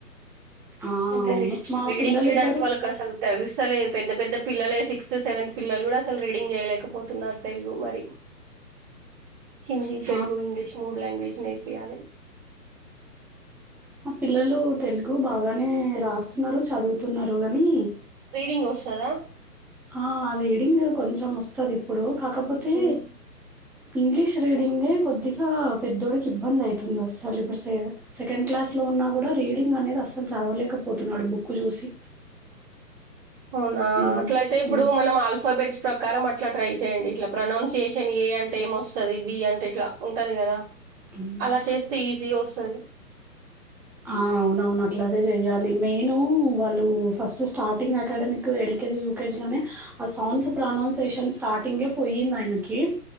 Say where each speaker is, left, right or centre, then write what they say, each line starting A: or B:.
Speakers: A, on the right; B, in the centre.
A: <unintelligible>
B: ఆ! అవును. మా
A: రీడింగ్
B: పిల్లలిద్దరు
A: చేయడానికి వాళ్ళకి అసలు తెలుస్తలేదు పెద్ద పెద్ద పిల్లలే సిక్స్త్, సెవెంత్ పిల్లలు కూడా అసలు రీడింగ్ చేయలేకపోతున్నారు తెలుగు మరి హింది,
B: మా
A: తెలుగు, ఇంగ్లీష్ మూడు లాంగ్వజ్ నేఫియే
B: మా పిల్లలు తెలుగు బాగానే రాస్తున్నారు చదువుతున్నారు కానీ
A: రీడింగ్ ఒస్తదా?
B: ఆ అద ఎడింగ కొంచం ముస్తదిపు ఇప్పుడు కాకపోతే
A: హ్మ్.
B: ఇంగ్లీష్ రీడింగే కొద్దిగా పెద్దోడికి ఇబ్బంది అవుతుంది అసలు ఇప్పుడు స సెకండ్ క్లాస్లో ఉన్నా కూడా రీడింగ్ అనేది అస్సలు చదవలేకపోతున్నాడు బుక్ చూసి
A: అవునా
B: హ్మ్.
A: అట్లయితే ఇప్పుడు
B: హ్మ్.
A: మనం ఆల్ఫాబెట్స్ ప్రకారం అ ఇట్లా ట్రై చేయండి ఇట్లా ప్రొనౌన్సియేషన్ ఏ అంటే ఏంొస్తుంది బి అంటే ఇట్లా ఉంటది కదా
B: హ్మ్.
A: అలా చేస్తే ఈజీ వస్తుది
B: అవున అవును అట్లాగే చెయ్యాలి మెయిను వాళ్ళు ఫస్ట్ స్టార్టింగ్ అకాడమిక్ ఎల్కేజీ యూకేజీలోనే ఆ సాడ్స్ ప్రొనౌన్సేషన్ స్టార్టింగే పోయింది ఆయనకి